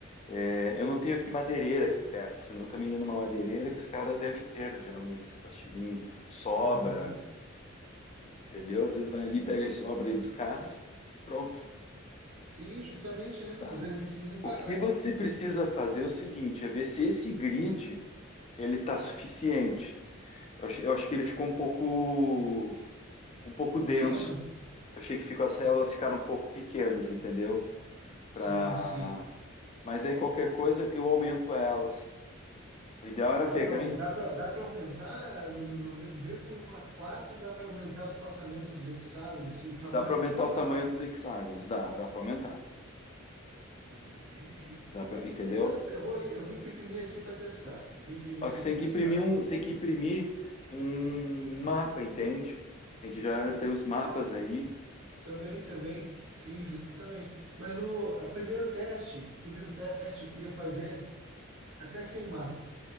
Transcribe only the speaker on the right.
Aham.
Sim, justamente, né?
Às vezes não precisa nem pagar.
Pequeno?
Sim,
sim.
Dá
para
dá para dá para aumentar no, no- mesmo numa 4 dá para aumentar o espaçamento dos hexágonos, assim, o tamanho
dos hexágonos.
Ah, entendi.
Vamos testar. Eu vou, eu vou imprimir aqui para testar. Eu vou imprimir
aqui
para
testar.
Também, também, sim, justamente. Mas no a primeiro teste, primeiro teste eu queria fazer até sem mapa.